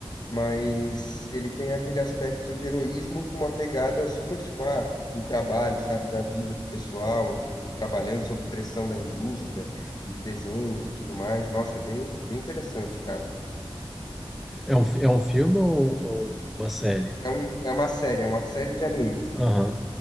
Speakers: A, on the left; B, in the centre.
A: mas ele tem aquele aspecto de heroísmo com uma pegada super, tipo, ah, do trabalho, sabe, da vida do pessoal, e trabalhando sob pressão da indústria e de desenhos e tudo mais. Nossa, bem, bem interessante, cara.
B: É um, fi- é um filme ou, ou uma série?
A: É um, é uma série, é uma série de anime.
B: Aham.